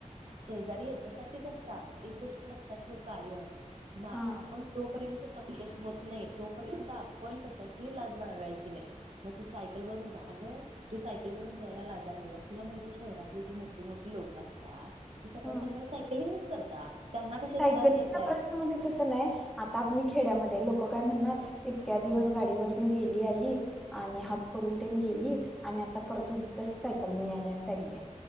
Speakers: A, on the right; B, in the centre.
A: शेजारी हेच्यासाठीच असतात एक गोष्ट लक्षात ठेव कायम
B: हा
A: आपण जोपर्यंत सक्सेस होत नाही तोपर्यंत आपण कशाची लाज बाळगायची नाही मग तू सायकलवरून जा अगं तु सायकलवरून जायला लाजा लागल्यास तूला माहित हाय शह घरातले जी मोठी मोठी लोक असत्यात सकाळ
B: हम्म
A: सकाळी सायकलिंगच करतात त्यांना कशाची
B: सायकलिंगचा
A: लाज आहे काय
B: प्रश्न म्हणजे तस नाही आता मी खेड्यामध्ये लोक काय म्हणणार इतक्या दिवस गाडीवरून गेली आली आणि हात करून तेन गेली आणि आता परत होती तस सायकल न याल्या आणि चाल्या